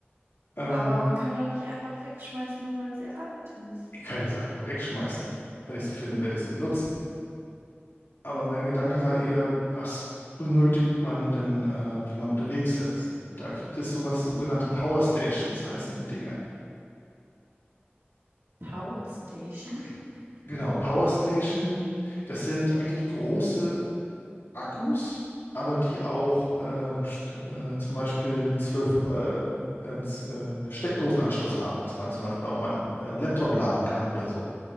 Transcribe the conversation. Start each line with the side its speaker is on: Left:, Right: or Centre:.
Left: Ähm,
Right: aber man kann doch nicht einfach wegschmeißen, nur weil sie alt ist.
Left: keiner sagt von wegschmeißen. Wenn ich sie finde, werde ich sie benutzen. Aber mein Gedanke war eher, was benötigt man denn, äh, wenn man unterwegs ist? Und da gibt es sowas, sogenannte Power Stations heißen die Dinger.
Right: Power Station? <laughs>
Left: Genau, Power Station, das sind eigentlich große Akkus, aber die auch ähm, st- äh, zum Beispiel einen 12, äh, einen s- äh, einen Steckdosenanschluss haben, dass man zum Beispiel auch mal einen, äh, einen Laptop laden kann oder so.